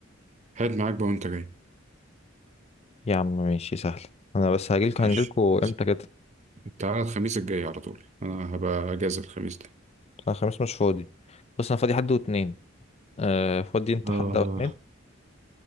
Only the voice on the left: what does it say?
يا عم ماشي سهل انا بس هجيلكوا
هنجيلكوا
امتى كده
انا خميس مش فاضي بص انا فاضي حد واتنين آه فاضي انت
حد او اتنين